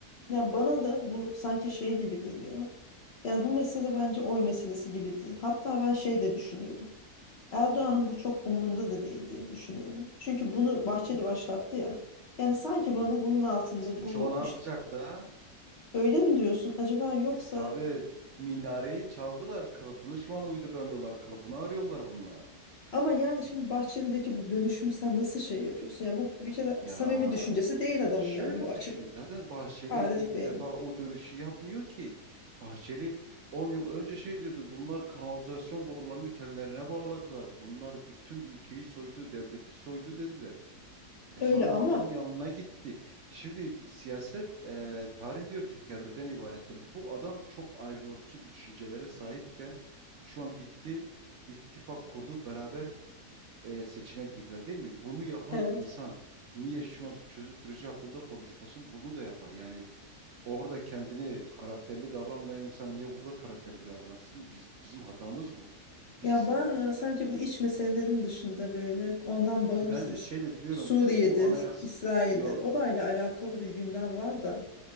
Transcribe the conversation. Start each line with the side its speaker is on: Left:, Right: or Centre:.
Left: Ya bana da bu sanki şey gibi geliyor. Yani bu mesele bence oy meselesi gibi değil. Hatta ben şey de düşünüyordum. Erdoğan'ın bu çok umurunda da değil diye düşünüyorum. Çünkü bunu
Right: M-
Left: Bahçeli başlattı ya. Yani sanki
Right: m-
Left: bana bunun altında
Right: Suçu
Left: bu
Right: ona
Left: işte
Right: atacak da.
Left: öyle mi diyorsun acaba yoksa
Right: E, tabii minareyi çaldılar kılıfını şu an uyduramıyorlar. Kılıfını arıyorlar bunlar.
Left: ama yani şimdi Bahçeli'deki bu dönüşümü sen nasıl şey yapıyorsun? Yani bu bir kere
Right: Ya
Left: samimi düşüncesi değil adamın
Right: Şöyle
Left: yani bu açık
Right: düşün zaten Bahçeli
Left: bariz
Right: ilk
Left: belli.
Right: defa o dönüşü yapmıyor ki. Bahçeli 10 yıl önce şey diyorduk bunlar kanalizasyon borularını kendilerine bağladılar. Bunlar bütün ülkeyi soydu, devleti soydu dediler. E
Left: Öyle
Right: sonra
Left: ama
Right: bir baktın yanına gitti. Şimdi siyaset e, tarih diyor tekerrürden ibarettir. Bu adam çok ayrılıkçı düşüncelere sahipken şu an gitti ittifak kurdu beraber e, seçime girdiler değil mi? Bunu yapan
Left: evet.
Right: insan niye şu an çözüm süreci hakkında konuşmasın? Bunu da yapar. Yani orada kendini karakterli davranmayan insan niye burada karakterli davransın? Biz bizim hatamız bu. Biz
Left: Ya ben e, sanki bu iç meselelerin dışında böyle ondan bağımsız
Right: bence şey de diyorum
Left: Suriye'dir,
Right: e, bu anayasa
Left: İsrail'dir
Right: ya
Left: orayla alakalı bir gündem var da.